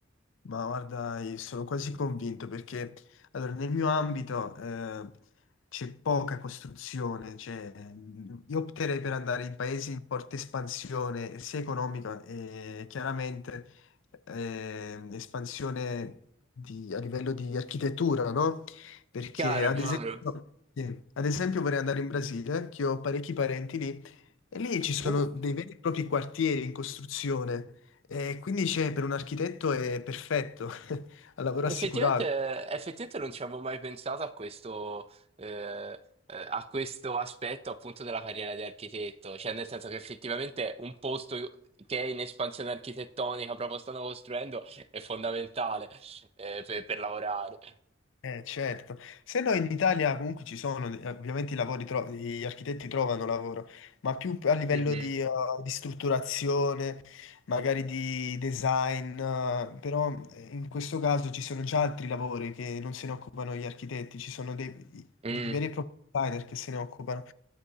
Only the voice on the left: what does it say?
Ma guarda, io sono quasi convinto perché allora, nel mio ambito eh, c'è poca costruzione, cioè, mh, io opterei per andare in paesi in forte espansione sia economica e chiaramente eh, espansione di- a livello di architettura, no? Perché
ad
esempio, sì, ad esempio vorrei andare in Brasile, che ho parecchi parenti lì, e lì ci sono
dei veri e propri quartieri in costruzione e quindi c'è, per un architetto è perfetto, <laughs> ha lavoro
assicurato.
Eh, certo, se no in Italia comunque ci sono, eh, ovviamente i lavori tro- gli architetti trovano lavoro, ma più a livello
di, eh, di strutturazione, magari di design, eh, però eh, in questo caso ci sono già altri lavori che non se ne occupano gli architetti, ci sono dei,
dei veri e propri designer che se ne occupano.